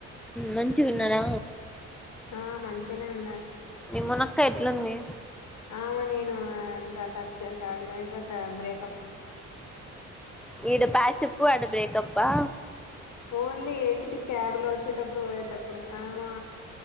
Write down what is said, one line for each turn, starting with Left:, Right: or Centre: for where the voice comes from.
Centre: మంచిగున్నరా
Left: ఆ మంచిగానే ఉన్నారు
Centre: మాఅక్క ఎట్లుంది
Left: ఆమ నేను అంతటచ్చం అటు పొయింతరాత బ్రేకప్
Centre: ఈడ పాచప్పు ఆడ బ్రేకప్పా
Left: ఓన్లీ ఏంటిది క్యాబ్ లో వచ్చేటప్పుడు పోయేటప్పుడే ఆమా